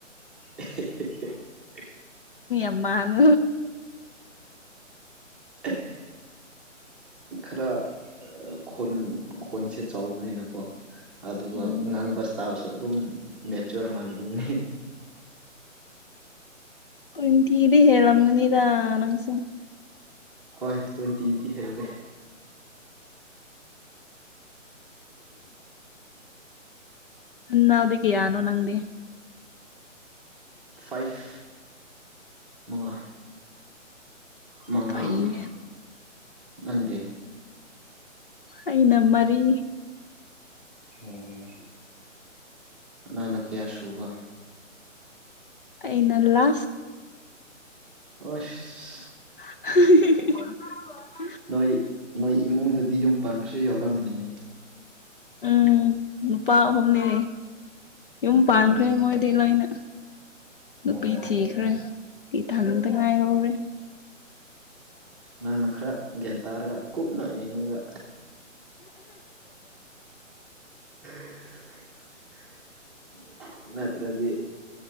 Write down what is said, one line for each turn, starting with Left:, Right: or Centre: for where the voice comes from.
Centre: <inaudible>
Left: ꯃꯥꯟ
Centre: ꯑꯦ ꯈꯔ ꯈꯣꯟ ꯈꯣꯟꯁꯦ ꯆꯥꯎꯕꯅꯤꯅꯀꯣ ꯑꯗꯨꯒ
Left: ꯎꯝ
Centre: ꯉꯥꯡꯕꯁꯇꯥꯁꯨ ꯑꯗꯨꯝ ꯃꯦ ꯆ ꯃꯥꯟꯕꯨꯒꯅꯤ
Left: ꯏꯟꯇꯤꯗꯤ ꯍꯝꯅꯤꯗ ꯅꯪꯁꯨ
Centre: ꯍꯣꯏ ꯇ꯭ꯋꯦꯟꯇꯤꯗꯤ ꯍꯦꯜꯂꯦ
Left: ꯅꯥꯕꯤ ꯀꯌꯥꯅ ꯑꯣꯅ ꯈꯪꯗꯦ
Centre: ꯐꯥꯏꯚ ꯃꯉꯥ ꯃꯉꯥ
Left: ꯐꯩꯅꯦ
Centre: ꯑꯣꯏ ꯅꯪꯗꯦ
Left: ꯑꯩꯅ ꯃꯔꯤ
Centre: ꯑꯣ ꯅꯉꯪꯅ ꯀꯌꯥ ꯁꯨꯕ
Left: ꯑꯩꯅ ꯂ
Centre: ꯑꯣꯁ
Left: <inaudible>
Centre: ꯅꯣꯏ ꯅꯣꯏ ꯏꯃꯨꯡꯗꯗꯤ ꯌꯨꯝ ꯄꯥꯟꯕꯁꯨ ꯌꯥꯎꯔꯝꯃꯅꯤꯅꯦ
Left: ꯎꯝ ꯅꯨꯨꯄꯥ ꯑꯍꯨꯝꯅꯤ ꯌꯨꯝ
Centre: ꯎꯝ
Left: ꯄꯥꯟꯈ꯭ꯔꯦ ꯃꯣꯏꯗꯤ ꯂꯣꯏꯅ ꯅꯨꯄꯤ
Centre: ꯑꯣ
Left: ꯊꯤꯈ꯭ꯔꯦ ꯏ ꯊꯍꯟꯗ ꯉꯥꯏꯍꯧꯔꯦ
Centre: ꯅꯪꯅ ꯈꯔ ꯒ꯭ꯌꯥꯟ ꯇꯥꯔꯒ ꯀꯨꯞꯅ ꯌꯦꯡꯉꯒ <inaudible> ꯅꯠꯇ꯭ꯔꯗꯤ